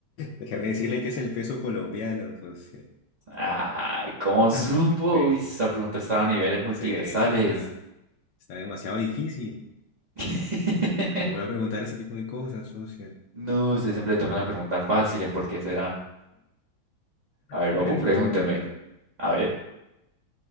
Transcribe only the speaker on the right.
Ay, ¿cómo
supo?
Uy, esa pregunta estaba a niveles multiversales.
<laughs>
No, usted siempre tocan las preguntas fáciles, ¿por qué será? A ver,
papu,
pregúnteme.
A ver.